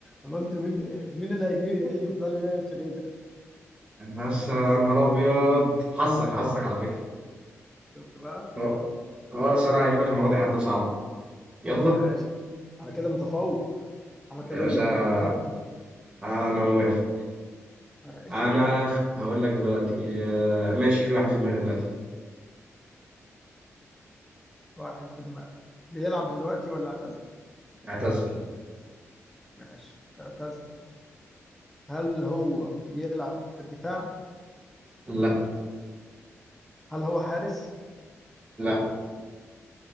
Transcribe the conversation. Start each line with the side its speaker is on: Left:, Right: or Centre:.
Centre: انا قلت مين مين اللي هيجي هيجي في باله يا توريه ده
Right: انا لسه يا نهار ابيض حظك حظك على فكره
Centre: شفت بقى
Right: لا، خلاص انا هجيب لك المره دي حد صعب يلا
Centre: ماشي انا كده متفوق انا كده
Right: يا باشا
Centre: اللي متقدم
Right: انا موافق
Centre: ماشي
Right: انا خ- هقول لك دلوقتي آه، ماشي في واحد في دماغي دلوقتي
Centre: واحد في دماغك بيلعب دلوقتي ولا اعتزل
Right: اعتزل
Centre: ماشي اعتزل هل هو بيلعب في الدفاع
Right: لا
Centre: هل هو حارس
Right: لا